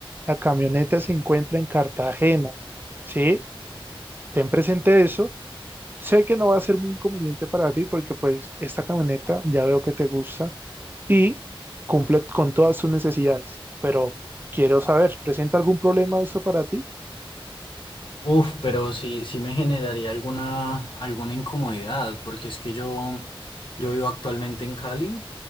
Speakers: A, on the right; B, on the left.
A: la camioneta se encuentra en Cartagena. Sí, ten presente eso Sé que no va a ser muy inconveniente para ti porque pues esta camioneta ya veo que te gusta y cumple con todas sus necesidades, pero quiero saber, ¿presenta algún problema eso para ti?
B: Uf, pero sí, sí me generaría alguna, alguna incomodidad, porque es que yo, yo vivo actualmente en Cali